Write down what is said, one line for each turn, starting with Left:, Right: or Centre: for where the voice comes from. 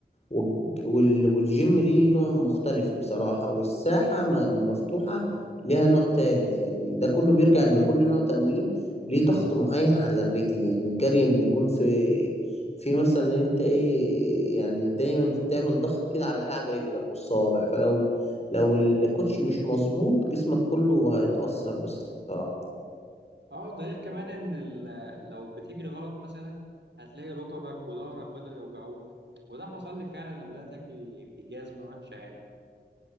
Left: والج- وال- والجيم ليه نوع مختلف بصراحة والساحة م- المفتوحة ليها نوع تالت يعني ده كله بيرجع إن كل نوع تمرين ليه ضغط معين على الرجل يعني الجري بيكون في في مثلا انت ايه يعني دايما بتعمل ضغط كده على كعب رجلك والصوابع فلو لو الكوتش مش مظبوط جسمك كله هيتأثر بصراحة
Right: اه ده غير كمان إن ال- لو بتجري غلط مثلا هتلاقي ركبك وظهرك بدأ يوجعوك وده حصل لي فعلا لما بدأت أجري بجزمة وحشة يعني